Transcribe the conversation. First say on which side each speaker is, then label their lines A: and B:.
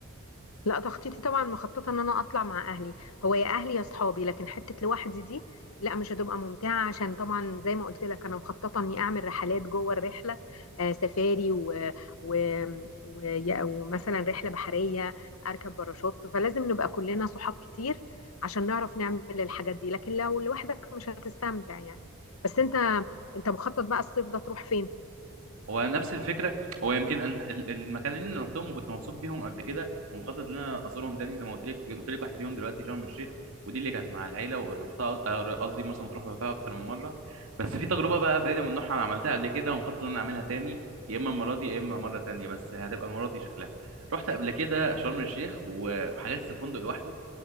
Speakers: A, on the left; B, on the right.
A: لا تخطيطي طبعا مخططه ان انا اطلع مع اهلي هو يا اهلي يا اصحابي لكن حته لوحدي دي لا مش هتبقى ممتعه عشان طبعا زي ما قلت لك انا مخططه اني اعمل رحلات جوه الرحله آه سفاري و... و... و... ومثلا رحله بحريه اركب باراشوت فلازم نبقى كلنا صحاب كتير عشان نعرف نعمل الحاجات دي لكن لو لوحدك مش هتستمتع يعني بس انت انت مخطط بقى الصيف ده تروح فين
B: هو نفس الفكره هو يمكن أنا ال- المكانين اللي رحتهم وكنت مبسوط بيهم قبل كده ومخطط ان انا ازورهم تاني زي ما قلت لك قلت لك واحده فيهم دلوقتي شرم الشيخ ودي اللي كانت مع العيله ورحتها آه، قصدي مرسى مطروح ورحتها اكتر من مره بس في تجربه بقى فريده من نوعها انا عملتها قبل كده ومخطط ان انا اعملها تاني يا اما المره دي يا اما مره تانيه بس هتبقى المره دي شكلها رحت قبل كده شرم الشيخ و- وحجزت فندق لوحدي